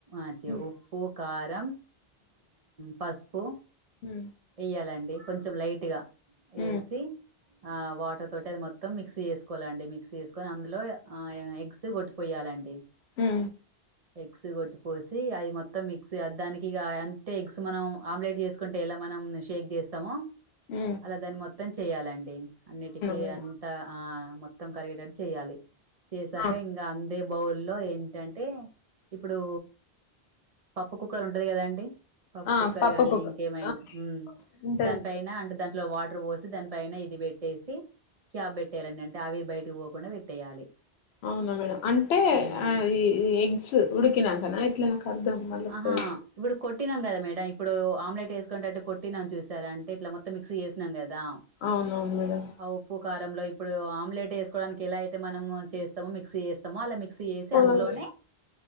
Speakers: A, on the right; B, on the left.
A: <unintelligible>
B: ఉమ్
A: ఉప్పు కారం పసుపు
B: హు
A: వేయ్యాలండి కొంచెం లైట్గా వేసి
B: ఉమ్
A: ఆ వాటర్ తోటి అది మొత్తం మిక్సీ చేసుకోవాలండి మిక్సీ చేసుకొని అందులో <unintelligible> <unintelligible> కొట్టిపోయాలండి
B: హు
A: ఎగ్స్ కొట్టి పోసి అది మొత్తం మిక్స్య దానికి అంటే ఎగ్స్ మనం ఆమ్లెట్ చేసుకుంటే ఎల మనం షేక్ చేస్తమో
B: ఉ
A: అలా దాన్ని మొత్తం చెయ్యాలండి అన్నిటికీ
B: మేడం
A: అంత ఆ మొత్తం కలిగేటట్టు చెయ్యాలి చేసాక
B: ఆ
A: ఇంక అందే బౌల్లో ఏంటంటే ఇప్పుడు పప్పు కుక్కర్ ఉంటది కదాండి పప్పు
B: ఆ
A: కుక్కర్
B: పప్పుకుక్క
A: గాని ఇంకేమైన
B: ఆ
A: ఉ
B: ఉంటది
A: దానిపైైన అంటే దాంట్లో వాటర్ పోసి దానిపైన ఇది పెట్టేసి క్యాబ్ పెట్టేయాలండి అంటే ఆవిరి బయటకి పోకుండా పెట్టేయాలి
B: అవునా మేడం అంటే
A: మ్మ్
B: ఈ ఎగ్స్ ఉడికినా కద ఇట్లా నాకు అర్థం మళ్ళీ ఒకసారి
A: ఆహా ఇప్పుడు కొట్టినాం కదా మేడడం ఇప్పుడు ఆమ్లెట్ వేసుకునేట్టు కొట్టినాం చూసార అంటే ఇట్లా మొత్తం మిక్స్ చేసాం కదా
B: అవునవును మేడం
A: ఆ ఉప్పు కారంలో ఇప్పుడు ఆమ్లెట్ వేసుకోవడానికి ఎలా అయితే మనం చేస్తామో మిక్సీ చేస్ స్తామో అలా మిక్సీ చేసి
B: మేడం
A: అందులోనే